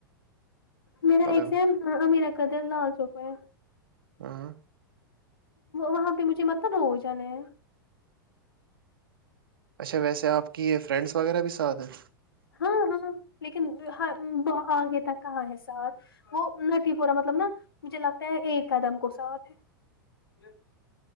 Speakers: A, on the left; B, on the right.
A: میرا
B: ہلو
A: ایگزام ہ میرا قدر لال چوکا ہے
B: ہوں
A: وہاں پہ مجھے متن ہو جانا ہے
B: اچھا ویسے آپ کی یہ فرینڈس وغیرہ بھی ساتھ ہیں
A: ہاں ہاں لیکن ہ ب آگے تک کہاں ہے ساتھ وہ نٹی پورا مطلب نا مجھے لگتا ہے ایک کدم کو ساتھ ہے